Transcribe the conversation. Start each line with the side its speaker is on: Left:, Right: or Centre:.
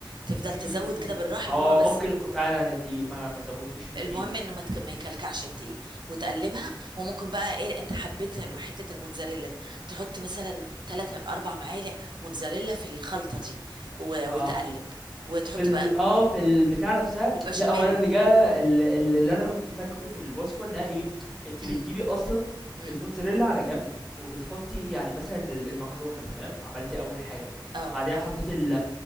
Right: تفضل
Centre: امم
Right: تزود كده بالراحه
Centre: اه
Right: المهم بس
Centre: ممكن يكون فعلا الدقيق ما ما زودتش فيه كتير
Right: المهم انه ما, تك... ما يكلكعش الدقيق وتقلبها وممكن بقى ايه انت حبيت حته الموتزاريلا دي تحط مثلا 3 اربع معالق موتزاريلا في الخلطه دي و... وتقلب
Centre: اه
Right: وتحط
Centre: في ال
Right: بقى
Centre: آه، في البتاع نفسها
Right: في البشاميل
Centre: لأ هو أنا اللي جه ال ال اللي أنا كنت فاكره في الوصفة إنها إيه، أنتِ
Right: <clears throat>
Centre: بتجيبي أصلًا
Right: مم.
Centre: الموتزاريلا على جنب، وبتحطي يعني مثلًا ال المكرونة تمام، عملتِ أول حاجة،
Right: اه
Centre: بعديها حطيتِ ال